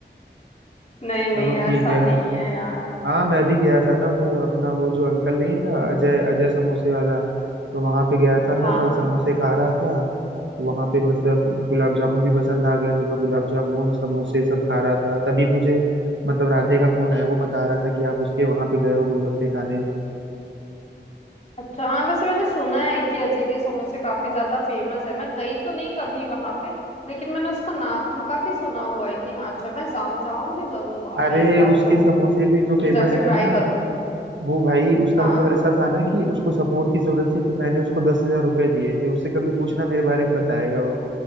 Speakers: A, on the left (about 35°); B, on the right (about 85°).
A: नहीं नहीं
B: चलो ठीक
A: ऐसा
B: है
A: नहीं है यार
B: हाँ मैं भी गया था ना वो अपना वो जो अंकल नहीं था अजय अजय समोसे वाला तो वहां पे गया था
A: हाँ
B: मैं कल समोसे खा रहा था तो वहां पे मतलब गुलाब जामुन भी पसंद आ गया तो मैं गुलाब जामुन समोसे सब खा रहा था तभी मुझे मतलब राधे का फोन आया वो बता रहा था कि आप उसके वहां पे गए हो गोलगप्पे खाने
A: अच्छा हाँ वैसे मैंने सुना है कि अजय के समोसे काफी ज्यादा फेमस है मैं गई तो नहीं कभी वहां पे लेकिन मैंने उसका नाम काफी सुना हुआ है कि हाँ अच्छा मैं जाऊं जाऊंगी जरूर वहां
B: अरे
A: पे एक बार
B: उसके
A: तो
B: समोसे भी जो फेमस
A: कि जाके ट्राई
B: है ना
A: करूं
B: वो भाई उसका
A: हाँ
B: मतलब ऐसा था ना कि उसको सपोर्ट की जरूरत थी तो मैंने उसको दस हजार रुपए दिए थे उससे कभी पूछना मेरे बारे में बताएगा वो